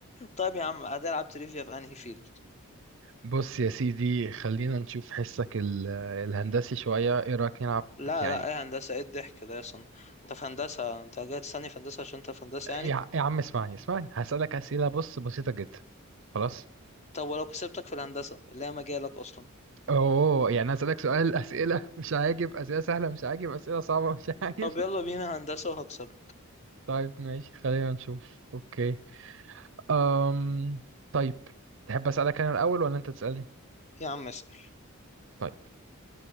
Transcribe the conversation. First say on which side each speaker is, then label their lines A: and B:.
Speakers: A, on the left (about 30°); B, on the right (about 55°).
A: طيب يا عم هتلعب تريفيا في انهي فيلد
B: بص يا سيدي خلينا نشوف حسك ال- الهندسي شوية ايه رأيك نلعب
A: لا
B: يعني
A: لا ايه هندسه ايه الضحك ده يا صن انت في هندسه انت جاي تستني في هندسه عشان انت في هندسه
B: يا
A: يعني
B: يا عم اسمعني اسمعني هسألك أسئلة بص بسيطة جدا خلاص
A: طب ولو كسبتك في الهندسه اللي هي مجالك اصلا
B: اوه يعني هسألك سؤال <laughs> أسئلة مش عاجب أسئلة سهلة مش عاجب أسئلة صعبة مش عاجب
A: طب يلا
B: <laughs>
A: بينا هندسه وهكسبك
B: طيب ماشي خلينا نشوف اوكي أم... طيب تحب أسألك أنا الأول ولا أنت تسألني
A: يا عم اسال
B: طيب